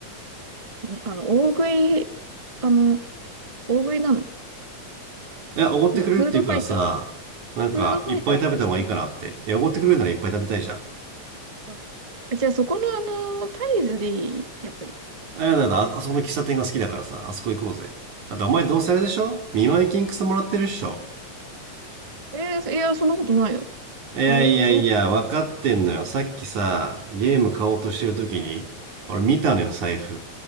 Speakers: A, on the right; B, on the right.
A: あの、大食い、あの、大食いなの
B: え、おごってくれるって言うからさ、
A: なんか、フードファイター。
B: なんか、
A: フードファイターとかしてる
B: いっぱい食べた方がいいかなって。いや、おごってくれるならいっぱい食べたいじゃん。
A: あじゃあ、そこのあの、タイズでいいやっぱり。
B: あ、やだやだ、あ、あそこの喫茶店が好きだからさ、あそこ行こうぜ。あとお前どうせあれでしょ見舞い金くそもらってるっしょ。
A: えーいや、そんなことないよ。
B: いやいやいや、
A: そ、その、
B: 分かってんのよ。さっきさ、ゲーム買おうとしてる時に、俺見たのよ、財布。